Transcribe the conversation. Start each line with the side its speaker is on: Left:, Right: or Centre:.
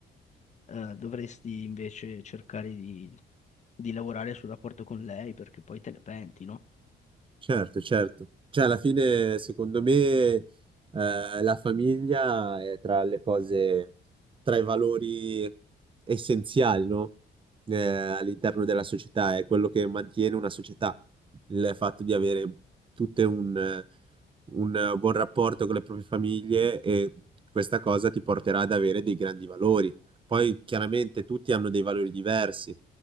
Left: eh, dovresti invece cercare di, di lavorare sul rapporto con lei perché poi te ne penti, no?
Right: Certo, certo. Cioè, alla fine, secondo me, eh, la famiglia è tra le cose, tra i valori essenziali, no? Eh, all'interno della società, è quello che mantiene una società, il fatto di avere tutte un, un buon rapporto con le proprie famiglie e questa cosa ti porterà ad avere dei grandi valori. Poi, chiaramente, tutti hanno dei valori diversi. Eh,